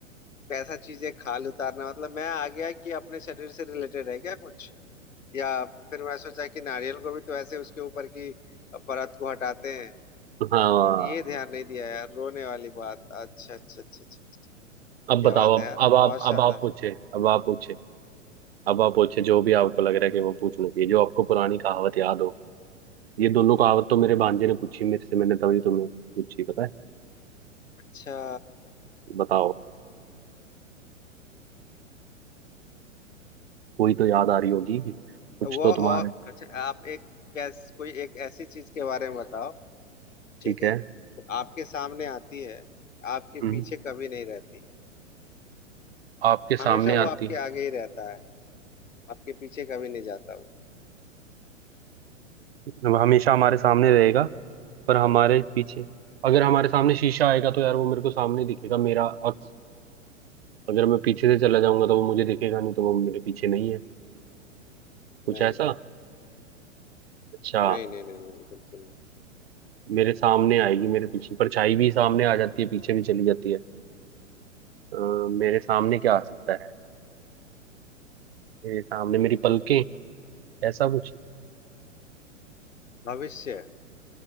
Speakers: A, on the left (about 75°); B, on the right (about 50°).
A: कैसा चीज है खाल उतारना मतलब मैं आ गया कि अपने शरीर से रिलेटेड है क्या कुछ या फिर मैं सोचा कि नारियल को भी तो ऐसे उसके ऊपर की परत को हटाते हैं
B: हाँ
A: ये ध्यान नहीं दिया यार रोने वाली बात अच्छा अच्छा अच्छा अच्छा अच्छा।
B: अब
A: क्या
B: बताओ
A: बात है
B: अब
A: यार
B: अब आप
A: बहुत शानदार
B: अब आप पूछे अब आप पूछे अब आप पूछे जो भी आपको लग रहा है कि वो पूछना चाहिए जो आपको पुरानी कहावत याद हो ये दोनों कहावत तो मेरे भांजे ने पूछी मेरे से मैंने तभी तुम्हें पूछी पता है
A: अच्छा
B: बताओ कोई तो याद आ रही होगी कुछ
A: वो
B: तो
A: और
B: तुम्हारे
A: अच्छा आप एक कैस कोई एक ऐसी चीज के बारे में बताओ ठीक
B: ठीक
A: है
B: है
A: जो आपके सामने आती है आपके
B: हम्म,
A: पीछे कभी नहीं रहती
B: आपके सामने
A: हमेशा वो
B: आती
A: आपके आगे ही रहता है आपके पीछे कभी नहीं जाता वो
B: वो हमेशा हमारे सामने रहेगा पर हमारे पीछे अगर हमारे सामने शीशा आएगा तो यार वो मेरे को सामने ही दिखेगा मेरा अक्स अगर मैं पीछे से चला जाऊंगा तो वो मुझे दिखेगा नहीं तो वो मेरे पीछे नहीं है कुछ
A: नहीं
B: ऐसा अच्छा
A: नहीं नहीं नहीं नहीं, नहीं बिल्कुल नहीं
B: मेरे सामने आएगी मेरे पीछे परछाई भी सामने आ जाती है पीछे भी चली जाती है अ, मेरे सामने क्या आ सकता है मेरे सामने मेरी पलकें ऐसा कुछ
A: भविष्य